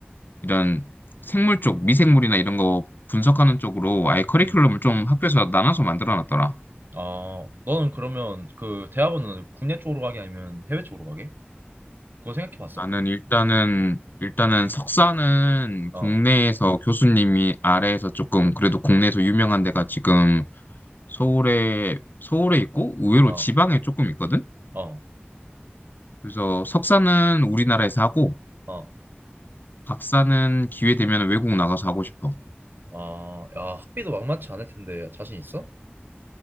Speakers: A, on the left (about 55°); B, on the right (about 55°).
A: 이런 생물 쪽 미생물이나 이런 거 분석하는 쪽으로 아예 커리큘럼을
B: 음,
A: 좀 학교에서 나눠서 만들어 놨더라.
B: 아, 너는 그러면 그 대학원은 국내 쪽으로 가게 아니면 해외 쪽으로 가게? 그거 생각해 봤어?
A: 나는 일단은
B: 응.
A: 일단은 석사는
B: 어,
A: 국내에서 교수님이 아래에서 조금 그래도 국내에서 유명한 데가 지금 서울에 서울에 있고 의외로
B: 어,
A: 지방에 조금 있거든.
B: 어,
A: 그래서 석사는 우리나라에서 하고
B: 어,
A: 박사는 기회 되면 외국 나가서 하고 싶어.
B: 아, 야, 학비도 막만치 않을 텐데 자신 있어?